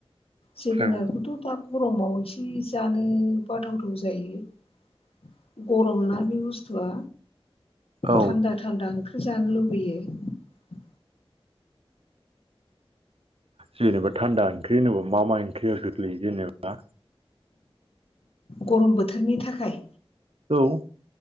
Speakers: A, on the left; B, on the right.
A: जोगोनारखौथ'
B: औ
A: दा गरमाव एसे जानो बाथावथाव जायो। गरम ना बे बुस्थुआ
B: औ
A: थान्दा थान्दा ओंख्रि जानो लुबैयो।
B: जेनेबा थान्दा ओंख्रि होनबा मा मा ओंख्रिया गोख्लैयो जेनेबा।
A: गरम बोथोरनि थाखाय
B: औ